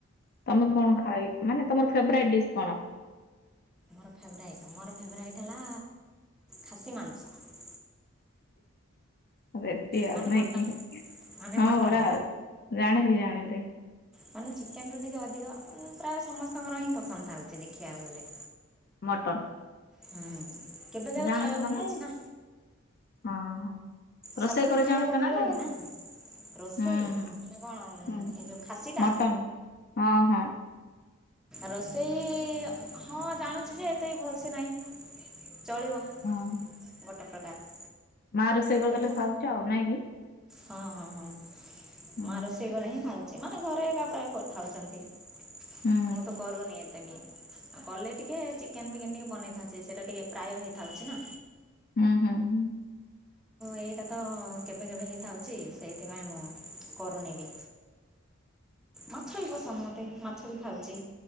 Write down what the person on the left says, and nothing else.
ତମେ କଣ ଖାଇ ମାନେ ତମର ଫେବରାଇଟ୍ ଡିସ୍ କଣ?
<inaudible> ରେଡି ଆଉ
ନାଇକି
ହଁ
ପରା। ଜାଣିଲି ଜାଣିଲି।
ମଟନ୍।
ଜାଣୁଚ
ତମେ
ହଁ
ହଁ। ରୋଷେଇ
କରି
ଜାଣୁଛୁ
ନାଇଁ
ହୁଁ ହୁଁ
ହୁଁ
ମଟନ ହଁ ହଁ।
ହଁ।
ମା ରୋଷେଇ କରିଦେଲେ
ଖାଉଛ ଆଉ ନାଇଁ କି?
ହୁଁ
ହୁଁ
ହୁଁ ହୁଁ ହୁଁ।